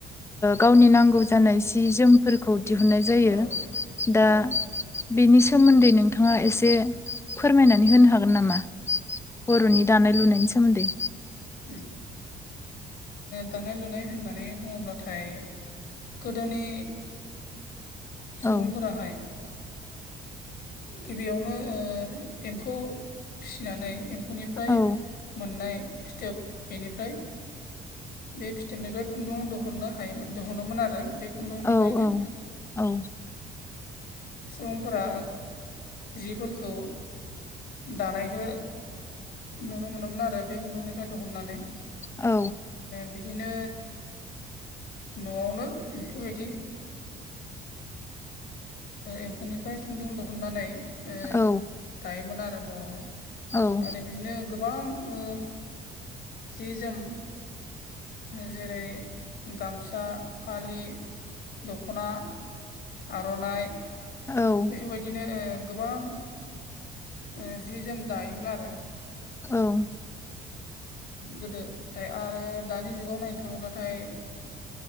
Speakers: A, on the left; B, on the left.
A: गावनि नांगौ जानाय सि-जोम फोरखौ दिहुननाय जायो।
B: औ
A: दा
B: औ
A: बेनि सोमोन्दै नोंथाङा एसे फोरमायनानै होनो हागोन नामा? बर'नि दानाय लुनायनि सोमोन्दै
B: ओ। दानाय-लुनाय होननानै बुङोब्लाथाय गोदोनि सुबुंफोराहाय
A: औ
B: गिबियावनो एम्फौ फिसिनानै एम्फौनिफ्राय
A: औ
B: मोननाय फिथोब। बेनिफ्राय बे फिथोबनिफ्राय खुन्दुं दिहुननो हायोमोन दिहुनोमोन आरो बे खुन्दुंनिफ्रायनो
A: औ औ औ
B: सुबुंफोरा जिफोरखौ दानायखो नुनो मोनोमोन आरो। बे खुन्दुंनिफ्राय दिहुननानै
A: औ।
B: बिदिनो न'आवनो बेफोरबायदि एम्फौनिफ्राय खुन्दुं दिहुननानै ओ
A: औ।
B: दायोमोन आरो न'आवनो
A: औ।
B: आरो बिदिनो गोबां जि-जोम जेरै- गामसा, फालि, दख'ना, आर'नाइ,
A: औ
B: बेफोरबायदिनो गोबां जि जोम दायोमोन आरो
A: औ
B: गोदो दाय आरो दानि जुगाव नायनो थाङोब्लाथाय